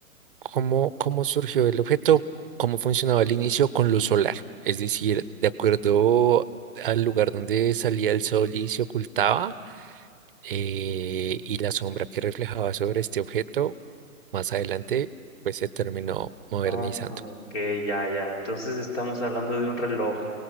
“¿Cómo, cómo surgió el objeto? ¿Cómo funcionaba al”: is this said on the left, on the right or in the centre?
Right